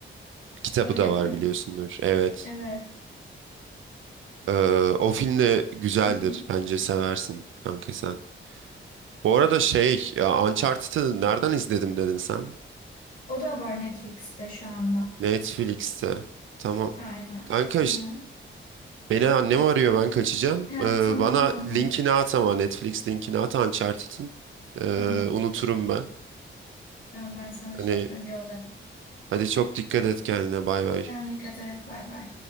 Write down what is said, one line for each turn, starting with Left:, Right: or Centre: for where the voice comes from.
Right: Kitabı
Left: öyle
Right: da
Left: mi?
Right: var biliyorsundur. Evet.
Left: Evet.
Right: Ee, o film de güzeldir.
Left: Hı hı.
Right: Bence seversin kanka sen. Bu arada şey, ya Uncharted'ı nereden izledim dedin sen?
Left: O da var Netflix'te şu anda.
Right: Netflix'te. Tamam.
Left: Aynen.
Right: Kanka iş-
Left: Hı hı.
Right: beni annem arıyor ben kaçacağım.
Left: Ha,
Right: Ee,
Left: tamam
Right: bana
Left: tamam.
Right: linkini at ama Netflix linkini at Uncharted'ın. Ee,
Left: Tamam.
Right: unuturum ben.
Left: Ben, ben sana şey
Right: Hani
Left: yaparım yolda.
Right: hadi çok dikkat et kendine bay bay.
Left: Sen dikkat et. Bay bay.